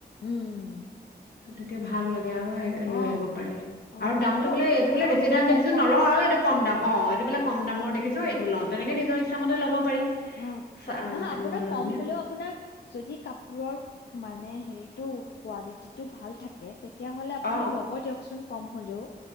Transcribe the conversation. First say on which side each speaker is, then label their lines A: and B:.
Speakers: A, on the left (about 80°); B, on the left (about 65°).
A: উম
B: তেতিয়া ভাল লাগে
A: অ',
B: লৈ আহিব পাৰি
A: অ',
B: আৰু দামটো
A: আপুনি
B: বোলে এইযো
A: ধৰক
B: বোলে বেছি
A: নিজৰ
B: দাম দেখিছো
A: মন
B: নলওঁ আৰু এইটো কম দাম অ এইটো বোলে কম দামৰ দেখিছো এইটো লওঁ তেনেকে নিজৰ ইচ্ছাামতে ল'ব পাৰি
A: অ
B: চা অ
A: নহয় আপোনাৰ
B: এনেকুৱা লৈ
A: কম
B: পেলাই
A: হলেও আপোনাৰ যদি কা কোৰৰ মানে হেৰিতটো কোৱালিটিটো ভাল থাকে তেতিয়াহ'লে আপুনি
B: অ
A: ল'ব দিয়কচোন কম হলেও